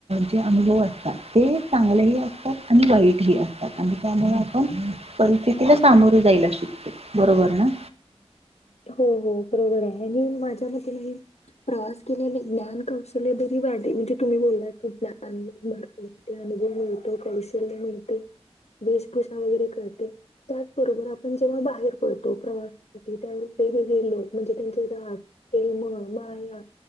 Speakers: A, on the right; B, on the left.
A: जे अनुभव असतात ते चांगलेही असतात आणि वाईट ह असतात आणि त्यामुळे आपण परिस्थि तिला सामोरे जायला शिकतो. बरोबर ना?
B: हो हो बरोबर आहे मी आणि माझ्या मते मी प्रवास केल्याने ज्ञान कौशल्य जरी वाढते म्हणजे तुम्ही बोललात कि अनुभव मिळतो, कौशल्य मिळते, वेशभूषा वगैरे कळते त्याचबरोबर आपण जेव्हा बाहेर पडतो प्रवासासाठी त्या वेळी वेगवेगळे लोक म्हणजे त्यांचे राग, प्रेमळ, माया